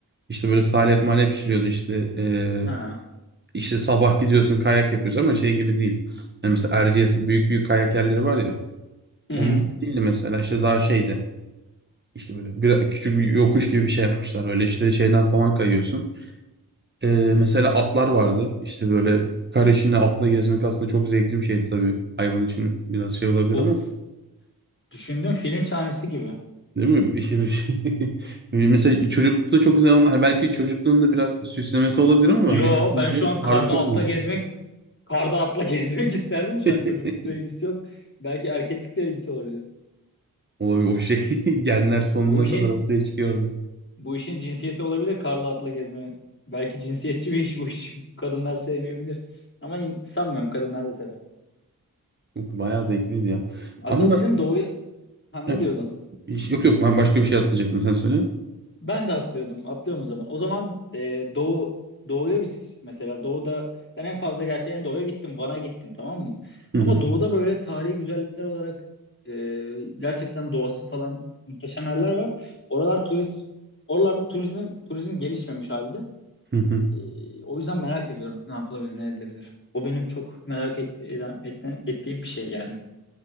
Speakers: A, on the right; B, on the left.
A: İşte böyle salep malep pişiriyordu işte eee,
B: Ha.
A: işte sabah gidiyorsun kayak yapıyorsun ama şey gibi değil. Yani mesela Erciyes büyük büyük kayak yerleri var ya.
B: Hı
A: Onun
B: hı.
A: gibi değildi mesela işte daha şeydi. İşte böyle bir, küçük bir yokuş gibi bir şey yapmışlar. Böyle işte şeyden falan kayıyorsun. Eee, mesela atlar vardı. İşte böyle kar içinde atla gezmek aslında çok zevkli bir şeydi tabii. Hayvan için biraz şey olabilir
B: Of.
A: ama
B: Düşündüm film sahnesi gibi.
A: değil mi? Bir şey, bir şey. <laughs> Mesela çocuklukta çok güzel onlar. Belki çocukluğunda biraz süslemesi olabilir ama
B: Yo
A: hani düşünce
B: ben şu an
A: harbi
B: karda
A: çok
B: atla
A: güzel.
B: gezmek karda atla <laughs> gezmek isterdim şu an çocuklukla
A: <laughs>
B: ilgisi yok. Belki erkeklikle ilgisi olabilir.
A: O, o şey <laughs> genler sonuna
B: Bu işin
A: kadar ortaya çıkıyordu.
B: bu işin cinsiyeti olabilir karla atla gezmenin. Belki cinsiyetçi bir iş bu iş. Kadınlar sevmeyebilir. Ama yine, sanmıyorum kadınlar da sever.
A: Yok, Bayağı zevkliydi ya.
B: Asıl
A: Ama
B: bizim doğu ha
A: <clears throat>
B: ne diyordun?
A: yok yok ben başka bir şey atlayacaktım sen söyle.
B: Ben de atlıyordum. Atlıyorum o zaman. O zaman e, doğu doğuya biz mesela doğuda ben en fazla gerçi en doğuya gittim. Van'a gittim tamam mı?
A: Hı
B: Ama
A: hı,
B: doğuda böyle tarihi güzellikler olarak e, gerçekten doğası falan muhteşem yerler var. Oralar turiz oralarda turizmi turizm gelişmemiş halde.
A: hı hı.
B: E, o yüzden merak ediyorum ne yapılabilir, ne edilebilir. O benim çok merak et, eden, etten- ettiğim bir şey yani.